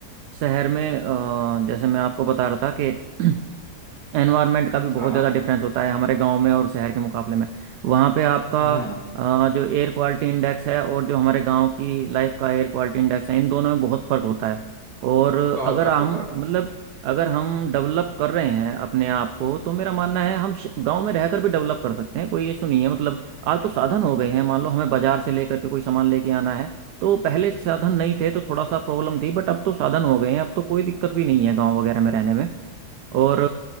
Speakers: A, on the right (about 85°); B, on the right (about 70°).
A: शहर में अ, जैसे मैं आपको बता रहा था कि <clears throat> एनवायरनमेंट का भी बहुत
B: हाँ हाँ
A: ज़्यादा डिफरेंस होता है हमारे गांव में और शहर के मुकाबले में वहाँ पे आपका
B: हम्म
A: अ, जो एयर क्वालिटी इंडेक्स है और जो हमारे गांव की लाइफ का एयर क्वालिटी इंडेक्स है इन दोनों में बहुत फ़र्क होता है और
B: बहुत
A: अगर
B: फर्क
A: हम
B: होता है
A: मतलब अगर हम डेवलप कर रहे हैं अपने आप को तो मेरा मानना है हम गांव में रहकर भी डेवलप कर सकते हैं कोई इशू नहीं है मतलब आज तो साधन हो गए हैं मान लो हमें बाजार से लेकर के कोई सामान लेके आना है तो पहले साधन नहीं थे तो थोड़ा सा प्रॉब्लम थी बट अब तो साधन हो गए हैं अब तो कोई दिक्कत भी नहीं है गांव वगैरह में रहने में और